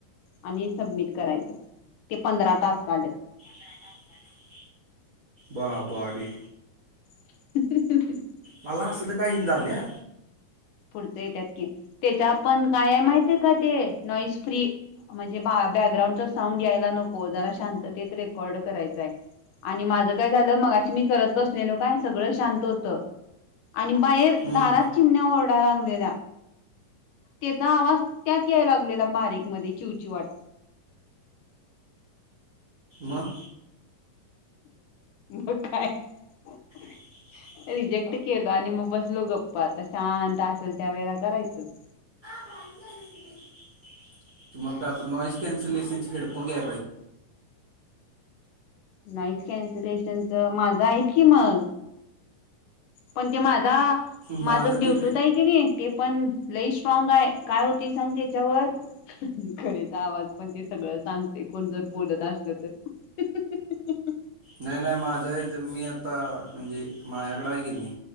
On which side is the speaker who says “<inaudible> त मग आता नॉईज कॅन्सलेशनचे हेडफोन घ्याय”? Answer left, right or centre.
Right